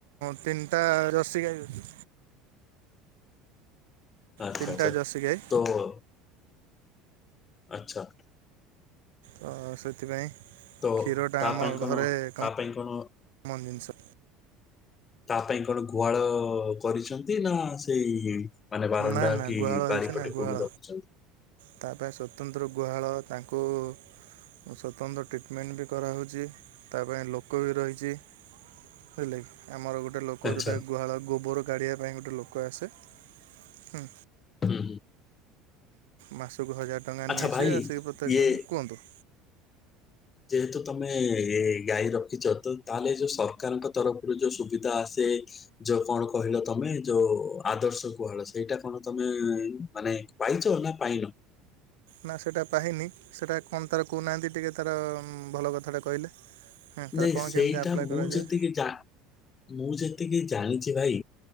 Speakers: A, on the right (about 85°); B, on the left (about 30°).
A: ତିନ୍ଟା ରସି ଗାଈ ଅଛି।
B: ଆଚ୍ଛା
A: ତିନିଟା
B: ଆଚ୍ଛା
A: ଜର୍ସି ଗାଈ
B: ତୋବଳ ଆଚ୍ଛା।
A: ତ ସେଥିପାଇଁ
B: ତ
A: କ୍ଷୀରଟା
B: ତା
A: ଆମ
B: ପାଇଁ କଣ
A: ଘରେ କମନ୍
B: ତା ପାଇଁ କଣ
A: ଜିନ୍ଷ।
B: ତା ପାଇଁ କଣ ଗୁହାଳ କରିଛନ୍ତି ନା ସେଇ ମାନେ ବାରଣ୍ଡା
A: ନା ନା
B: କି
A: ଗୁହାଳ ହେଇଛି
B: ବାରିପଟେ
A: ନା ଗୁହାଳ
B: କୋଉଠି ରଖ୍ଛ?
A: ତା ପାଇଁ ସ୍ୱତନ୍ତ୍ର ଗୁହାଳ ତାଙ୍କୁ ଆଉ ସ୍ୱତନ୍ତ୍ର ଟ୍ରିଟ୍ମେଣ୍ଟ୍ ବି କରାହଉଚି ତା ପାଇଁ ଲୋକ ବି ରହିଚି ହେଲାକି ଆମର ଗୋଟେ ଲୋକ
B: ଆଚ୍ଛା
A: ଜଉଟା ଗୁହାଳ ଗୋବର କାଢ଼ିବା ପାଇଁ ଗୋଟେ ଲୋକ ଆସେ ହୁଁ।
B: ହୁଁ।
A: ମାସକୁ ହଜାର୍ ଟଙ୍କା
B: ଆଚ୍ଛା
A: ନିଏ
B: ଭାଇ
A: ସେ ଆସିକି ପ୍ରତେକ୍
B: ଇଏ
A: ଦିନ କୁହନ୍ତୁ।
B: ଯେହେତୁ ତମେ ଏ ଗାଈ ରଖିଚ ତ ତାଲେ ଏଇ ଯୋଉ ସର୍କାର୍ଙ୍କ ତରଫରୁ ଯୋଉ ସୁବିଧା ଆସେ ଯୋଉ କଣ କହିଲ ତମେ ଯୋଉ ଆଦର୍ଶ ଗୁହାଳ ସେଇଟା କଣ ତମେ ମାନେ ପାଇଛୁ ନା ପାଇନ।
A: ନାଁ ସେଟା ପାହିନି ସେଟା କଣ ତାର କହୁନାହାଁନ୍ତି ଟିକେ ତାର ଭଲ କଥାଟା କହିଲେ। ହଁ ତାର
B: ଯେ
A: କଣ
B: ସେଇଟା
A: କେମିତି ଆପ୍ଲାଏ
B: ମୁଁ
A: କରାଯାଏ
B: ଯେତିକି ଜା ମୁଁ ଯେତିକି ଜାଣିଚି ଭାଇ